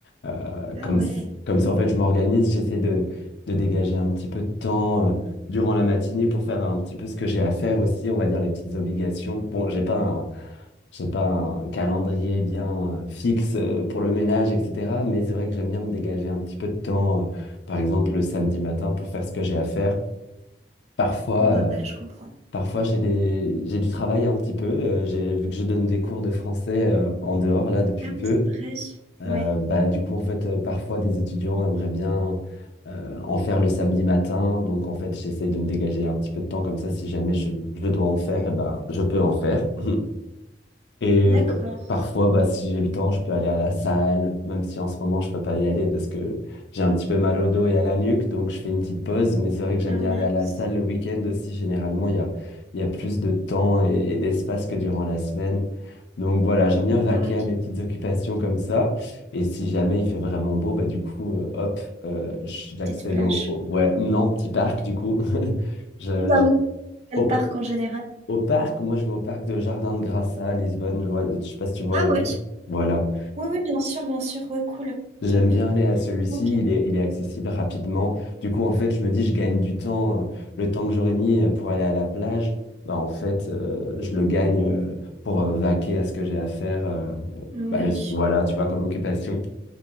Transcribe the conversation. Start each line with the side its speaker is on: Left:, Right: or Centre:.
Left: Euh,
Right: Ah
Left: comme,
Right: ouais.
Left: comme ça, en fait, je m'organise, j'essaie de, de dégager un petit peu de temps. euh, durant la matinée pour faire un petit peu ce que j'ai à faire aussi, on va dire les petites obligations. Bon, j'ai pas un, j'ai pas un calendrier bien euh, fixe euh, pour le ménage, etc. Mais c'est vrai que j'aime bien me dégager un petit peu de temps, euh, par exemple le samedi matin pour faire ce que j'ai à faire. Parfois,
Right: Ouais,
Left: euh,
Right: je comprends.
Left: parfois j'ai des, j'ai du travail un petit peu. euh, j'ai, vu que je donne des cours de français euh, en dehors là depuis
Right: Ah
Left: peu.
Right: oui, c'est vrai.
Left: Euh,
Right: Ouais.
Left: bah, du coup, en fait, euh, parfois, des étudiants aimeraient bien euh, en faire le samedi matin. Donc, en fait, j'essaie de me dégager un petit peu de temps. Comme ça, si jamais je, je dois en faire, eh ben, je peux en faire. <laughs> Et
Right: D'accord.
Left: pa- parfois, bah, si j'ai le temps, je peux aller à la salle, même si en ce moment, je peux pas y aller parce que j'ai un petit peu mal au dos et à la nuque, donc je fais une petite pause. Mais c'est vrai que j'aime
Right: Ah
Left: bien
Right: mince.
Left: aller à la salle le week-end aussi. Généralement, il y a, il y a plus de temps et, et d'espace que durant la semaine. Donc voilà, j'aime bien vaquer
Right: Ah ouais.
Left: à mes petites occupations comme ça. Et si jamais il fait vraiment beau, bah, du coup, euh, hop, euh, j'accède
Right: Petite plage.
Left: au, au- Ouais, non, petit parc, du coup. <laughs> Je,
Right: Tu vas
Left: je-
Right: où? Quel
Left: hop
Right: parc en général?
Left: au parc, moi je vais au parc de Jardin de Grassa à Lisbonne, je vois, je sais pas si tu vois
Right: Ah
Left: lequel.
Right: ouais.
Left: Voilà.
Right: Oui, oui, bien sûr, bien sûr. Ouais, cool.
Left: J'aime
Right: Top.
Left: bien aller à celui-ci,
Right: Ok.
Left: il est, il est accessible rapidement. Du coup, en fait, je me dis, je gagne du temps. euh, Le temps que j'aurais mis euh, pour aller à la plage, bah en fait, euh, je le gagne euh, pour euh, vaquer à ce que j'ai à faire. euh,
Right: Oui.
Left: bah, le- voilà, tu vois, comme occupation.